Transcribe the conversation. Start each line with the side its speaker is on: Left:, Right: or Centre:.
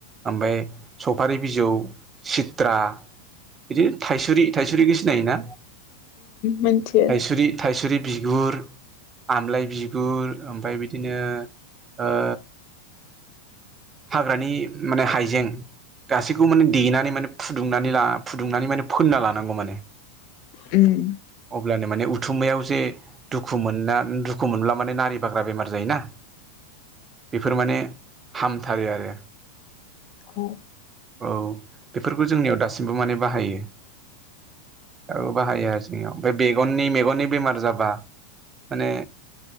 Right: ओमफ्राय सफारि बिजौ, सित्रा बिदिनो थाइसुरि थाइसुरिखौ सिनायोना
Left: मिथियो
Right: थाइसुरि थाइसुरि बिगुर आमलाय बिगुर ओमफ्राय बिदिनो ओ हाग्रानि माने हाइजें गासैखौ माने देनानै माने फुदुंनानै ला फुदुंनानै माने फोनना लानांगौ माने।
Left: उम।
Right: अब्लानो माने उथुमायाव जे दुखु मोनना दुखु मोनब्ला माने नारि बाग्रा बेमार जायोना बेफोर माने हामथारो आरो।
Left: उम
Right: औ बेफोरखौ जोंनियाव दासिमबो माने बाहायो। औ बाहायो आरो। एमाव ओमफ्राय बेगननि मेगननि बेमार जाबा माने